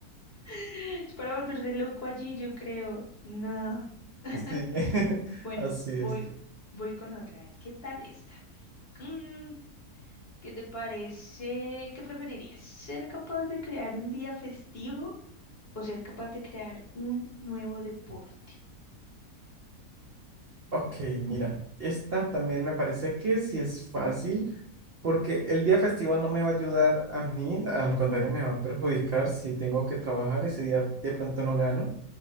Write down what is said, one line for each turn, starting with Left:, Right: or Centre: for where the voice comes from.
Left: Es para volverse loco allí, yo creo. No. <laughs>
Right: Sí, <laughs>
Left: Bueno,
Right: así
Left: voy,
Right: es.
Left: voy con otra. A ver, ¿qué tal esta? Mm, ¿qué te parece? ¿Qué preferirías? ¿Ser capaz de crear un día festivo o ser capaz de crear un nuevo deporte?
Right: Ok, mira, esta también me parece que sí es fácil, porque el día festivo no me va a ayudar a mí, al contrario, me va a perjudicar si tengo que trabajar ese día, de pronto no gano.